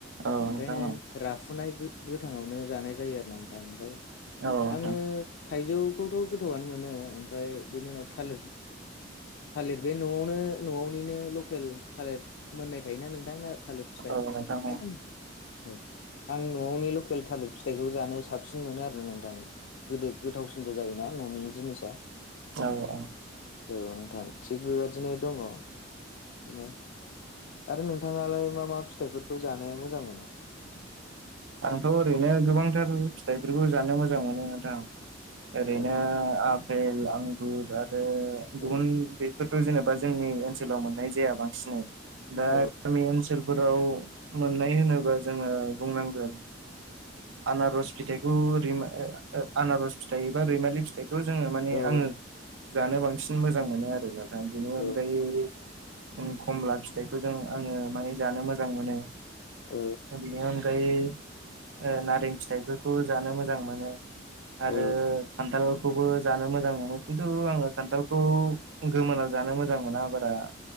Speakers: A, on the right (about 85°); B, on the left (about 70°).
A: औ
B: ओंखायनो
A: नोंथां
B: राफुनाय गो-गोथाङावनो जानाय जायो आरो ना नोंथां ओमफ्राय
A: औ नोंथां
B: आङो थाइजौखौथ' गोथावनो मोनो ओमफ्राय बेनि उनाव थालिर थालिर बे न'आवनो न'आवनिनो लकेल थालिर मोननाय थायोना नों नोंथांना थालिर फिथाइ
A: औ नोंथां औ
B: औ आं न'आवनि लकेल थालिर फिथाइखौ जानो साबसिन मोनो आरोना नोंथां। गोदो गोथावसिनबो जायोना न'नि जिनिसा
A: औ औ
B: औ नोंथां थिग बेबादिनो दङ बिदिनो आरो नों नोंथाङालाय मा मा फिथाइफोरखौ जानो मोजां मोनो
A: आंथ' ओरैनो गोबांथार फिथाइफोरखौ जानो मोजां मोनो नोंथां। ओरैनो
B: औ
A: आपेल आंगुर आरो
B: औ
A: गुबुन बेफोर जेनेबा जोंनि ओनसोलाव मोननाय जाया बांसिनै दा
B: औ
A: गामि ओनसोलफोर आव मोननाय होनोबा जों बुंनांगोन आनारस फिथाइखौ रै आनारस फिथाइ एबा रैमालि फिथाइ थ' जोङो माने
B: औ
A: आङो जानो बांसिन मोजां मोनो आरो नोंथां बेनि
B: औ
A: अनगायै
B: औ नोंथां औ
A: खम खमला फिथाइखौ जों आङो माने जानो मोजां मोनो।
B: औ
A: बेनि अनगायै ओ नारें फिथाइफोरखौ जानो मोजां मोनो।
B: औ
A: आरो खान्थालखौबो जानो मोजां मोनो खिन्थु आङो खान्थालखौ गोमोनाव जानो मोजां मोना बारा।